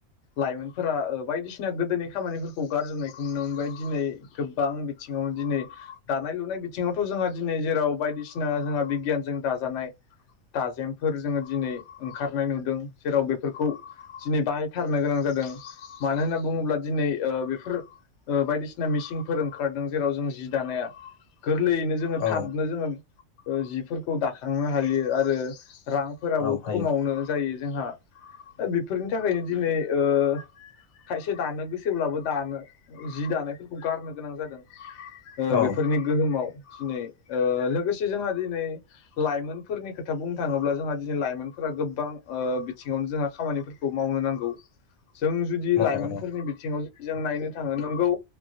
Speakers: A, on the left (about 65°); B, on the left (about 80°).
A: लाइमोनफोरा ओ बायदिसिना गोदोनि खामानिफोरखौ गारज्रिनायखौ नुनो मोनबाय दिनै गोबां बिथिङावनो दिनै दानाय लुनाय बि थिङावथ' जोंहा दिनै जेराव बायदिसिना जोंहा बिगियानजों दाजानाय दाजेम फोर जोङो दिनै ओंखारनाय नुदों जेराव बेफोरखौ दिनै बाहायथारनो गोनां जादों। मानो होनना बुङोब्ला दिनै ओ फोर बायदिसिना मिसिंफोर ओंखारदों जेराव जों जि दानाया गोरलैयैनो जोङो
B: औ
A: थाबनो जोङो जिफोरखौ दाखांनो हायो आरो रांफोराबो
B: औ हायो
A: खमावनो जायो जोंहा बेफोरनि थाखायनो दिनै ओ खायसे दानो गोसोब्लाबो दानो जि दानायफोरखौ गारनो गोनां जादों। ओ
B: औ
A: बेफोरनि गोहोमाव दिनै ओ लोगोसे जोंहा दिनै लाइमोनफोरनि खोथा बुंनो थाङोब्ला जोंहा दिनै लाइमोनफोरा गोबां ओ बिथिङावनो जोंहा खामानिफोरखौ मावनो नांगौ। जों जुदि
B: मावनांगौ
A: लाइमोनफोरनि बिथिङाव जों नायनो थाङो नोंगौ